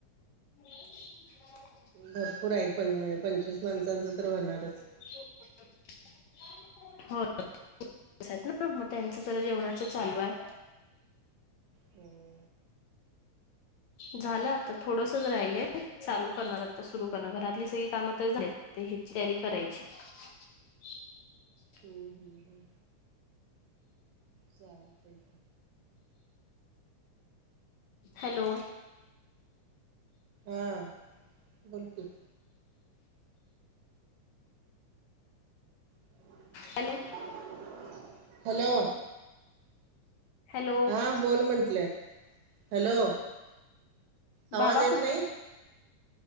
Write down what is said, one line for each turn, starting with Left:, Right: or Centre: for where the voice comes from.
Left: <inaudible>
Right: भरपूर आहेत पं पंचवीस माणसांचं तर होणारच.
Left: <unintelligible> होय. <unintelligible> ना, मग त्यांचं जरा जेवणाच चालू हाय.
Right: हं.
Left: झालं आता थोडसंच राहिलंय. चालू करणार आता, सुरू करणार. घरातली सगळी कामं तर झाल्यात तेही तयारी करायची. <unintelligible>
Right: हं हं हं चालतंय.
Left: हॅलो.
Right: हां बोल की. <unintelligible>
Left: Hello
Right: hello.
Left: हॅलो.
Right: हा बोल म्हटलंय, हॅलो आवाज
Left: बाबा
Right: येत नाही?